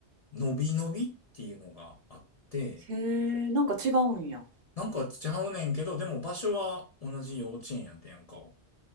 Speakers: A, on the left; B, on the right.
A: 伸び伸びっていうのがあって、
B: へえ、なんか違うんや。
A: なんかちゃうねんけど、でも場所は同じ幼稚園やってんやんか。